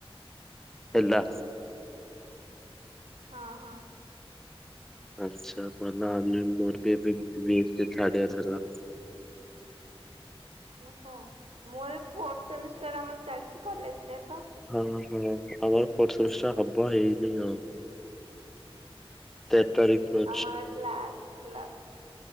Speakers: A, in the centre; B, on the right.
A: ହେଲା।
B: ହଁ ହଁ।
A: ଆଚ୍ଛା ଭଲ ଆମେ ମୋର ବି ଏ ଥାର୍ଡ ଇଅର ହେଲା।
B: ଓହଁ ମୁଁ ଏବେ ଫୋର୍ଥ ସେମିଷ୍ଟାର ଆମର ଚାଲିଛି କଲେଜରେ ତ।
A: ହଁ ହଁ ଆମର ଫୋର୍ଥ ସେମିଷ୍ଟାର ହବ ହେଇନି ଆଉ। ତେର ତାରିଖ ରୁ ଅଛି
B: ଆମର ଆଜି ଲାଷ୍ଟ ଥିଲା।